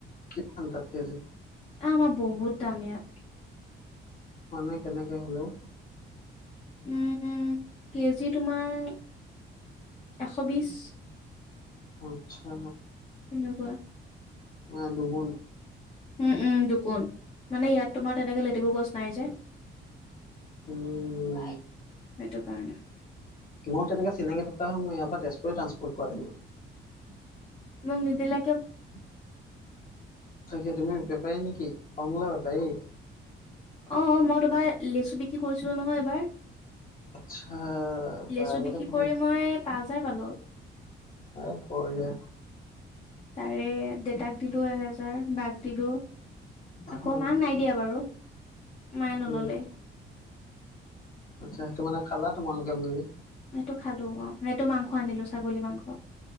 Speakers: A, on the left; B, on the left.
A: কিমান তাত কেজি?
B: এ আমাৰ বহুত দাম ইয়াত।
A: মানে কেনেকে হলেও
B: উম কেজি তোমাৰ এশ বিশ
A: আচ্ছা
B: নোপোৱা
A: মানে দুগুন
B: উম উম দুগুন মানে ইয়াত তোমাৰ তেনেকে লেতেকু গছ নাই যে
A: উম
B: সেইটো কাৰণে
A: মোৰ তেনেকে চিনাকি থকা হয় মই ইয়াৰ পৰা তেজপুৰ ট্ৰান্সপ'ৰ্ট কৰাই দিলো
B: মোক নিদিলে
A: তাকে তুমি বেপাৰী নেকি কমলা বেপাৰী
B: অ মই তোমাৰ লেচু বিক্ৰী কৰিছিলো নহয় এইবাৰ।
A: আচ্ছা বা
B: লেচু
A: আগতে
B: বিক্ৰী
A: ক'ব
B: কৰি মই পাঁচ হাজাৰ পালো।
A: এ বঢ়িয়া।
B: তাৰে দেউতাক দিলো এহেজাৰ, বাক দিলো।
A: উম
B: আকৌ মাক নাই দিয়া বাৰু। মায়ে নললে।
A: উম আচ্ছা, সেইটো মানে খালা তোমালোকে মিলি।
B: এইটো খালো অ' সেইটো মাংস আনিলো, ছাগলী মাংস।